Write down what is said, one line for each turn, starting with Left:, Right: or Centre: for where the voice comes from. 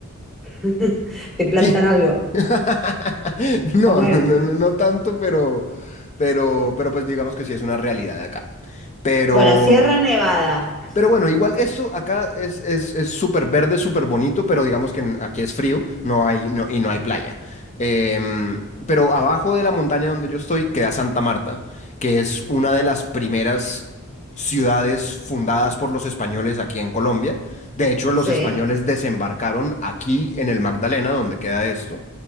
Centre: <laughs> te plantan
Left: ¿Qué?
Centre: algo.
Left: <laughs> No,
Centre: A ver,
Left: no, no, no, no tanto, pero, pero, pero pues digamos que sí es una realidad de acá. Pero
Centre: Bueno, Sierra Nevada.
Left: Pero bueno, igual esto acá es, es, es súper verde, súper bonito, pero digamos que n- aquí es frío, no hay, no- y no hay playa. Em, pero abajo de la montaña donde yo estoy queda Santa Marta, que es una de las primeras ciudades fundadas por los españoles aquí en Colombia. De hecho, los
Centre: Sí,
Left: españoles desembarcaron aquí en el Magdalena, donde queda esto.